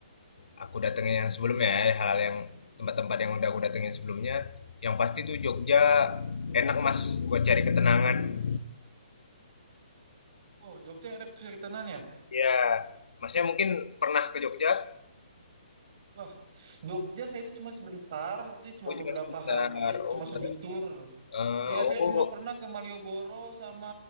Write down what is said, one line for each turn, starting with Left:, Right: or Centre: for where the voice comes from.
Left: aku datengin yang sebelumnya ya, hal-hal yang tempat-tempat yang udah aku datengin sebelumnya, yang pasti tuh Jogja enak Mas buat cari ketenangan.
Right: Oh, Jogja ada kesulitannya.
Left: Ya, Masnya mungkin pernah ke Jogja?
Right: Wah, Jogja saya itu cuma sebentar, waktu itu cuma
Left: Oh cuma
Right: beberapa
Left: sebentar.
Right: hari, cuma
Left: Oh, ber-
Right: studi tour.
Left: eh,
Right: Iya,
Left: oh,
Right: saya cuma pernah ke Malioboro sama